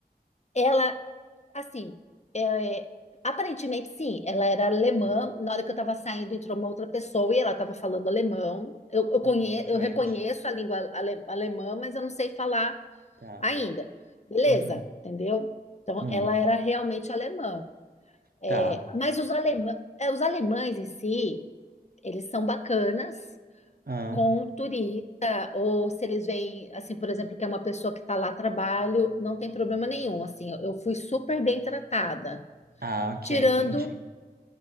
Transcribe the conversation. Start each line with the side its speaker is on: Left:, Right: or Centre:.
Left: Ela, assim, é, aparentemente sim, ela era alemã.
Right: Hum.
Left: Na hora que eu estava saindo, entrou uma outra pessoa e ela estava falando alemão. Eu, eu,
Right: Uhum,
Left: conhe,
Right: fluente.
Left: eu reconheço a língua ale- alemã, mas eu não sei falar
Right: Tá.
Left: ainda. Beleza,
Right: Uhum.
Left: entendeu? Então,
Right: Hum,
Left: ela era realmente alemã. É,
Right: tá.
Left: mas os, alemã, é, os alemães em si, eles são bacanas,
Right: Ah,
Left: com um turista, ou se eles veem, assim, por exemplo, que é uma pessoa que está lá a trabalho, não tem problema nenhum, assim, eu eu fui super bem tratada,
Right: ah, ok,
Left: tirando,
Right: entendi.